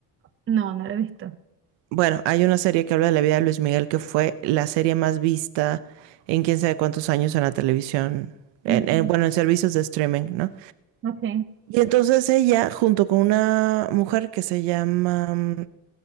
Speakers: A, on the right; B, on the right.
A: No, no lo he visto.
B: Bueno, hay una serie que habla de la vida de Luis Miguel que fue la serie más vista en quién sabe cuántos años en la televisión, en,
A: Ujú,
B: en- bueno, en servicios de streaming, ¿no?
A: Ok.
B: Y entonces ella, junto con una mujer que se llama, mm,